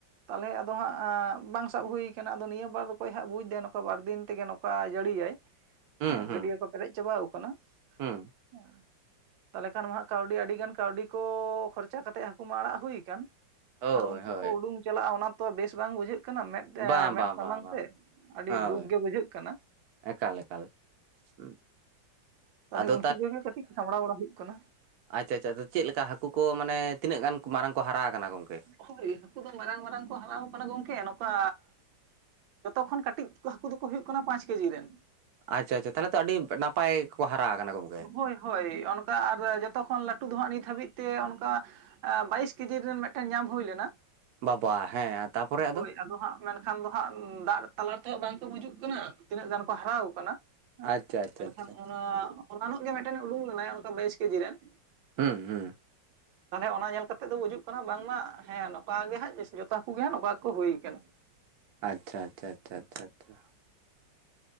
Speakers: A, on the right; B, on the right.
A: ᱛᱟᱦᱚᱞᱮ ᱟᱫᱚ ᱦᱟᱸᱜ ᱟᱸᱜ ᱵᱟᱝ ᱥᱟᱵ ᱦᱩᱭ ᱟᱠᱟᱱᱟ ᱟᱫᱚ ᱱᱤᱭᱟᱹ ᱵᱟᱨ ᱫᱚ ᱚᱠᱚᱭ ᱦᱟᱸᱜ ᱵᱩᱡᱽᱫᱟᱭ ᱱᱚᱝᱠᱟ ᱵᱟᱨ ᱫᱤᱱ ᱛᱮᱜᱮ ᱱᱚᱝᱠᱟ ᱡᱟᱹᱲᱤᱭᱟᱭ᱾
B: ᱦᱩᱸ
A: ᱮᱜᱸ
B: ᱦᱩᱸ
A: ᱜᱟᱹᱰᱭᱟᱹ ᱠᱚ ᱯᱮᱨᱮᱡ ᱪᱟᱵᱟ ᱟᱠᱟᱱᱟ ᱾
B: ᱦᱩᱸ
A: ᱛᱟᱦᱚᱞᱮ ᱠᱷᱟᱱ ᱢᱟᱜ ᱠᱟᱹᱣᱰᱤ ᱟᱹᱰᱤ ᱜᱟᱱ ᱠᱟᱹᱣᱰᱤ ᱠᱚ ᱠᱷᱚᱨᱪᱟ ᱠᱟᱛᱮᱜ ᱦᱟᱹᱠᱩ ᱢᱟ ᱟᱲᱟᱜ ᱦᱩ ᱟᱠᱟᱱ᱾
B: ᱦᱳᱭ
A: ᱟᱨ ᱩᱱᱠᱩ
B: ᱦᱳᱭ
A: ᱠᱚ ᱩᱰᱩᱝ ᱪᱟᱞᱟᱜᱼᱟ ᱚᱱᱟ ᱛᱚ ᱵᱮᱥ ᱵᱟᱝ ᱵᱩᱡᱷᱟᱹᱜ ᱠᱟᱱᱟ ᱢᱮᱫ
B: ᱵᱟᱝ
A: ᱢᱮᱫ
B: ᱵᱟᱝ
A: ᱥᱟᱢᱟᱝ
B: ᱵᱟᱝ ᱵᱟᱝ
A: ᱥᱮ ᱟᱹᱰᱤ
B: ᱦᱳᱭ
A: ᱫᱩᱠ ᱜᱮ ᱵᱩᱡᱷᱟᱹᱜ ᱠᱟᱱᱟ᱾
B: ᱮᱠᱟᱞ ᱮᱠᱟᱞ ᱦᱩᱸ
A: ᱛᱟᱦᱞᱮ
B: ᱟᱫᱚ
A: ᱩᱱᱠᱩ ᱠᱚᱜᱮ ᱠᱟᱹᱴᱤᱡ ᱥᱟᱢᱲᱟᱣ ᱵᱟᱲᱟ ᱦᱩᱭᱩᱜ ᱠᱟᱱᱟ᱾
B: ᱟᱪᱷᱟ ᱟᱪᱷᱟ ᱪᱮᱫ ᱞᱮᱠᱟ ᱦᱟᱹᱠᱩ ᱠᱚ ᱢᱟᱱᱮ ᱛᱤᱱᱟᱹᱜ ᱜᱟᱱ ᱢᱟᱨᱟᱝ ᱠᱚ ᱦᱟᱨᱟ ᱟᱠᱟᱱᱟ ᱜᱚᱢᱠᱮ?
A: ᱦᱳᱭ ᱦᱟᱹᱠᱩ ᱫᱚ ᱢᱟᱨᱟᱝ ᱢᱟᱨᱟᱝ ᱠᱚ ᱦᱟᱨᱟ ᱠᱟᱱᱟ ᱜᱚᱢᱠᱮ ᱱᱚᱝᱠᱟ᱾ ᱡᱚᱛᱚ ᱠᱷᱚᱱ ᱠᱟᱹᱴᱤᱡ ᱦᱟᱹᱠᱩ ᱫᱚᱠᱚ ᱦᱩᱭᱩᱜᱜ ᱠᱟᱱᱟ ᱯᱟᱸᱪ ᱠᱮᱡᱤ ᱨᱮᱱ᱾
B: ᱟᱪᱷᱟ ᱟᱪᱷᱟ ᱛᱟᱦᱚᱞᱮ ᱛᱚ ᱟᱹᱰᱤ ᱱᱟᱯᱟᱭ ᱜᱮᱠᱚ ᱦᱟᱨᱟ ᱟᱠᱟᱱᱟ ᱜᱚᱢᱠᱮ᱾
A: ᱦᱳᱭ ᱦᱳᱭ ᱚᱱ ᱟᱨ ᱡᱚᱛᱚ ᱠᱷᱚᱱ ᱞᱟᱹᱴᱩ ᱫᱚᱦᱟᱸᱜ ᱱᱤᱛ ᱦᱟᱹᱵᱤᱡ ᱛᱮ ᱚᱱᱠᱟ ᱵᱟᱭᱤᱥ ᱠᱮᱡᱤ ᱨᱮᱱ ᱢᱮ ᱢᱤᱫᱴᱮᱱ ᱧᱟᱢ ᱦᱩᱭ ᱞᱮᱱᱟ᱾
B: ᱵᱟᱵᱟ ᱦᱮᱸ ᱛᱟᱯᱚᱨᱮ ᱟᱫᱚ᱾
A: ᱦᱳᱭ ᱦᱟᱸᱜ ᱢᱮᱱᱠᱷᱟᱱ ᱫᱚᱦᱟᱸᱜ ᱫᱟᱜ ᱛᱟᱞᱟ ᱛᱮᱦ ᱵᱟᱝᱠᱚ ᱵᱩᱡᱩᱜ ᱠᱟᱱᱟ ᱛᱤᱱᱟᱹᱜ ᱜᱟᱱ ᱠᱚ ᱦᱟᱨᱟ ᱟᱠᱟᱱᱟ᱾
B: ᱟᱪᱪᱷᱟ ᱟᱪᱪᱷᱟ
A: ᱢᱮᱱᱠᱷᱟᱱ
B: ᱟᱪᱪᱷᱟ
A: ᱚᱱᱟ ᱦᱳᱞᱟ ᱧᱚᱜ ᱜᱮ ᱢᱤᱫᱴᱮᱱ ᱩᱰᱩᱠ ᱞᱮᱱᱟᱭ ᱚᱱᱠᱟ ᱵᱟᱭᱤᱥ ᱠᱮᱡᱤ ᱨᱮᱱ᱾
B: ᱦᱩᱸ ᱦᱩᱸ ᱾
A: ᱛᱟᱦᱚᱞᱮ ᱚᱱᱟ ᱧᱮᱞ ᱠᱟᱛᱮ ᱫᱚ ᱵᱩᱡᱩᱜ ᱠᱟᱱᱟ᱾ ᱵᱟᱝᱢᱟ ᱦᱮᱸ ᱱᱚᱝᱠᱟ ᱜᱮ ᱦᱟᱸᱜ ᱡᱚᱛᱚ ᱦᱟᱹᱠᱩ ᱜᱮ ᱦᱟᱸᱜ ᱱᱚᱝᱠᱟ ᱜᱮᱠᱚ ᱦᱩᱭᱠᱟᱱᱟ᱾
B: ᱟᱪᱷᱟ ᱟᱪᱷᱟ ᱟᱪᱷᱟ ᱟᱪᱷᱟ᱾